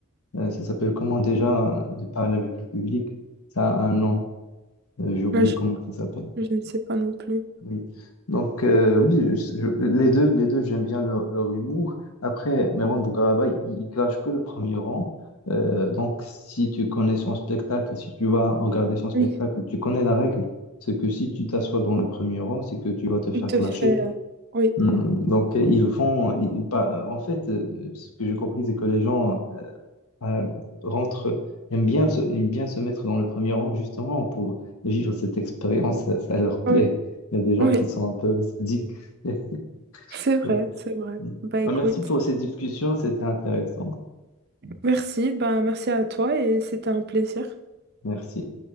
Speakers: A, on the left; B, on the right.
A: Euh, ça s'appelle comment déjà de parler avec le public? Ça a un nom. Euh, j'ai oublié
B: Moi, je,
A: comment ça s'appelle.
B: je ne sais pas non plus.
A: Oui. Donc euh, oui, je- je- les deux, les deux, j'aime bien leur, leur humour. Après, Merwan Bougaraba, il, il clash que le premier rang. Euh, donc si tu connais son spectacle, si tu vas regarder son spectacle,
B: Oui.
A: tu connais la règle. C'est que si tu t'assois dans le premier rang, c'est que tu vas te faire
B: Tu te
A: clasher.
B: fais... euh, Oui,
A: Hmm, Donc, euh, ils vont. ils- bah, en fait, euh, ce que j'ai compris, c'est que les gens euh, euh, rentrent, aiment bien se, aiment bien se mettre dans le premier rang, justement, pour vivre cette expérience. Ça, ça leur plaît.
B: oui,
A: Il y a des gens
B: oui.
A: qui sont un peu sadiques. <laughs>
B: C'est vrai,
A: Ouais.
B: c'est vrai. Bah écoute,
A: Bah, merci pour cette discussion, c'était intéressant.
B: merci, bah merci à toi et c'était un plaisir.
A: Merci.